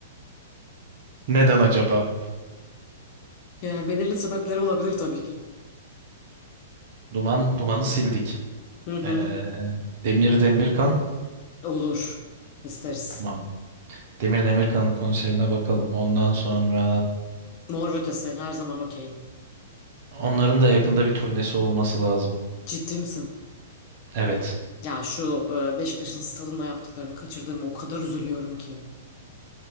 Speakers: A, on the right; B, on the left.
A: Neden acaba?
B: Yani belirli sebepleri olabilir tabii ki.
A: Duman, dumanı sildik.
B: Hı hı.
A: Ee, Demir Demirkan
B: Olur. İsteriz.
A: Tamam. Demir Demirkan'ın konserine bakalım. Ondan sonra
B: Mor ve Ötesi her zaman okeyim.
A: onların da yakında bir turnesi olması lazım.
B: Ciddi misin?
A: Evet.
B: Ya şu e, Beşiktaş'ın stadında yaptıklarını kaçırdığımı o kadar üzülüyorum ki.